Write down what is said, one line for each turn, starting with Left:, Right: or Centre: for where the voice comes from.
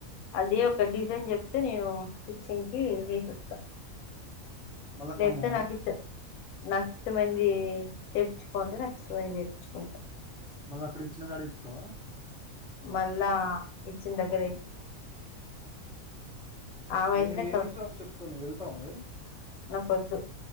Left: అదే ఒక డిజైన్ చెప్తే నేను స్టిచ్చింగ్ కి ఇస్తా
Centre: మళ్ళా
Left: దీప్తి
Centre: ఖమ్మమా
Left: నాక్ ఇచ్ నాక్ ఇష్టం అయింది చేప్పించుకో అంటే నాకు ఇష్టం అయింది చేప్పిచ్చుకుంటా
Centre: మళ్ళ అక్కడ ఇచ్చినకాడ ఇస్తావా
Left: మళ్ళా ఇచ్చిన దగ్గరే ఇస్తా ఆమె అయితేనే
Centre: నేను వేరే షాప్ చెప్తాను వెళ్ ళ్తవా మరి
Left: నాకోద్దు